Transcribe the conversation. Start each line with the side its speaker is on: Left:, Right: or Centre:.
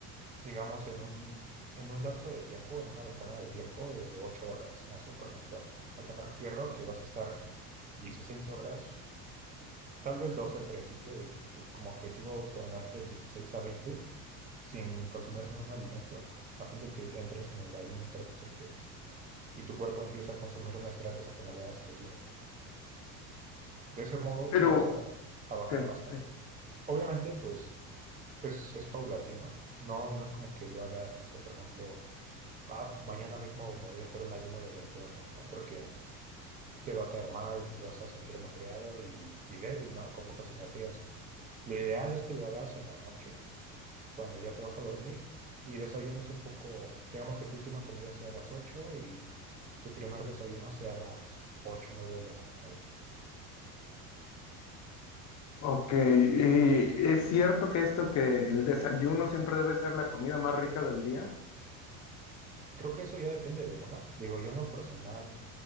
Right: digamos, en un, en un lapso de tiempo, en una ventana de tiempo de 8 horas. No sé, por ejemplo, ¿a qué me refiero? Que vas a estar 16 horas, tal vez 2 al principio, y como objetivo ponerte 16 a 20 sin consumir ningún alimento, a fin de que entres en el ayuno intermitente y tu cuerpo empieza a consumir las grasas acumuladas que tiene. De ese modo,
Left: pero,
Right: tú vas a, a bajar
Left: ok,
Right: bastante.
Left: sí.
Right: Obviamente, pues es, es paulatino. No, no es como que lo hagas, no sé, por ejemplo. Ah, pues mañana mismo me voy a hacer un ayuno de 20 horas, ¿no? Porque te va a caer mal, te vas a sentir magreado y, y débil, ¿no? Con pocas energías. Lo ideal es que lo hagas en la noche, cuando ya te vas a dormir y desayunes un poco, digamos que tu última comida sea a las 8 y tu primer desayuno sea a las 8 o 9 de la mañana.
Left: Ok, y es cierto que esto que el desayuno siempre debe ser la comida más rica del día.
Right: Creo que eso ya depende de uno. Digo, yo en lo personal